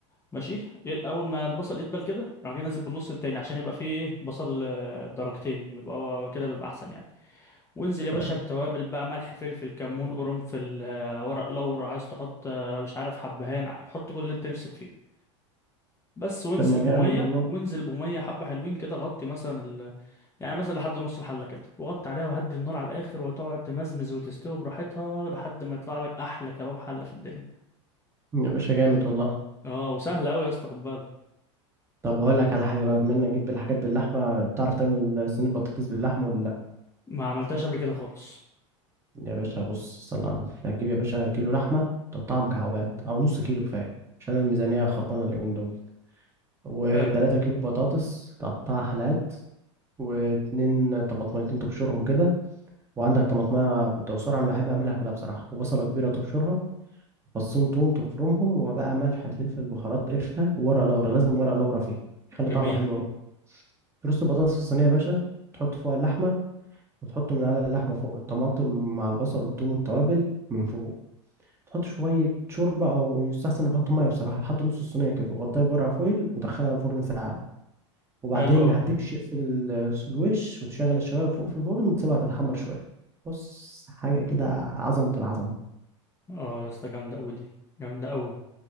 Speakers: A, on the left; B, on the right.
A: ماشي ي- اول ما البصل يدبل كده راح جاي نازل بالنص التاني عشان يبقى فيه ايه بصل آه، درجتين بيبقى هو كده بيبقى احسن يعني وانزل يا باشا
B: طيب
A: بتوابل بقى ملح فلفل كمون قرنفل آه، ورق لورا عايز تحط آه، مش عارف حبهان ع- حط كل اللي انت نفسك فيه بس وانزل
B: طب ما
A: بميه
B: جامد والله
A: وانزل بميه حبه حلوين كده غطي مثلا ال... يعني مثلا لحد نص الحله كده وغطي عليها وهدي النار على الاخر وتقعد تمزمز وتستوي براحتها لحد ما يطلع لك احلى كباب حله في الدنيا
B: يا باشا جامد والله
A: اه وسهله قوي يا اسطى خد بالك
B: طب هقول لك على حاجة بقى بما انك جيت بالحاجات باللحمة بتعرف تعمل صينية بطاطس باللحمة ولا لا
A: ما عملتهاش قبل كده خالص
B: يا باشا بص صل على النبي هتجيب يا باشا كيلو لحمة تقطعها مكعبات او نص كيلو كفاية عشان الميزانية خربانة اليومين دول وتلاتة
A: حلو.
B: كيلو بطاطس تقطعها حلقات واتنين طماطميتين تبشرهم كده وعندك طماطمية بتعصرها انا بحب اعملها كده بصراحة وبصلة كبيرة تبشرها فصين توم تفرمهم وبقى ملح فلفل بهارات قرفة وورق لورا لازم ورق لورا فيها يخلي
A: جميل
B: طعمها حلو أوي ترص البطاطس في الصينية يا باشا تحط فوقها اللحمة وتحط من على اللحمة فوق الطماطم مع البصل والثوم والتوابل من فوق تحط شوية شوربة أو يستحسن نحط مية بصراحة لحد نص الصينية كده وغطيها بورقة فويل ودخلها الفرن ساعة وبعدين
A: حلو قوي
B: هتكشف ال- الوش وتشغل الشواية فوق في الفرن تسيبها تتحمر شوية بص حاجة كده عظمة العظمة
A: اه يا اسطى جامده قوي دي جامده قوي